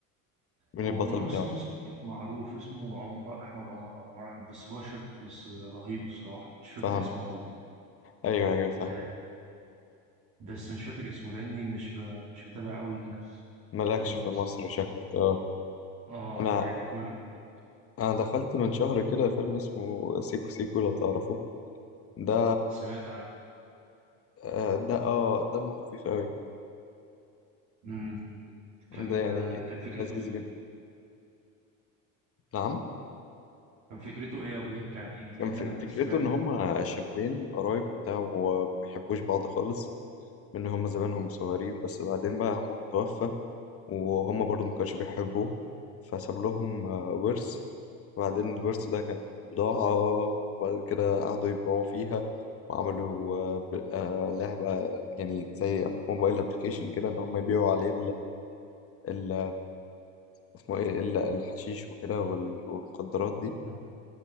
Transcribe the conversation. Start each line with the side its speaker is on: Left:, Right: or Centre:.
Left: مين
Right: هو
Left: البطل
Right: ممثل
Left: بتاعه
Right: مصري معروف اسمه عمر احمد عمر او عمر احمد بس هو شاب بس رهيب الصراحه مش فاكر
Left: فاهم
Right: اسمه قوي
Left: ايوه ايوه فاهم
Right: آه بس مش فاكر اسمه لاني مش ب... مش متابع قوي هنا في
Left: مالكش
Right: الافلام المصري
Left: في مصر شكلك اه
Right: اه
Left: انا
Right: يعني كل اجنبي
Left: انا دخلت من شهر كده فيلم اسمه سيكو سيكو لو تعرفه ده
Right: سمعت عنه
Left: آه، ده اه دمه خفيف قوي
Right: امم كان
Left: ده يعني
Right: آه، كان فكرته
Left: لذيذ
Right: ايه
Left: جدا نعم
Right: كان فكرته ايه وبيحكي عن ايه لان
Left: كان ف-
Right: انا
Left: فكرته
Right: سمعت
Left: ان هما
Right: كم حد
Left: شابين قرايب وبتاع وما بيحبوش بعض خالص من هما زمانهم صغيرين بس بعدين بقى عمهم توفى وهما برضه ما كانوش بيحبوه فساب لهم آه، ورث وبعدين الورث ده كان بضاعة وبعد كده قعدوا يبيعوا فيها وعملوا آه، ب- آه، لعبة يعني زي موبايل ابلكيشن كده ان هما يبيعوا عليه ال اسمه ايه الا الحشيش وكده وال- والمخدرات دي
Right: مم.